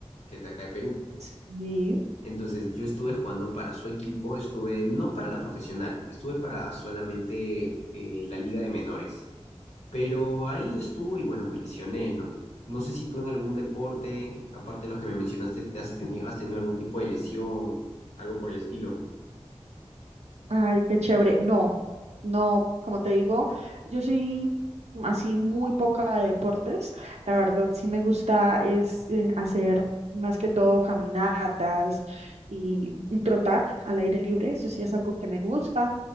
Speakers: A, on the left; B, on the right.
A: que es de acá de Perú.
B: sí.
A: Entonces yo estuve jugando para su equipo, estuve no para la profesional, estuve para solamente eh, la liga de menores. Pero ahí estuve y bueno, me lesioné, ¿no? No sé si tú en algún deporte, aparte de los que me mencionaste, te has tenido, has tenido algún tipo de lesión, algo por el estilo.
B: Ay, qué chévere. No, no, como te digo, yo soy así muy poca de deportes. La verdad, sí me gusta es eh, hacer más que todo caminatas y, y trotar al aire libre. Eso sí es algo que me gusta,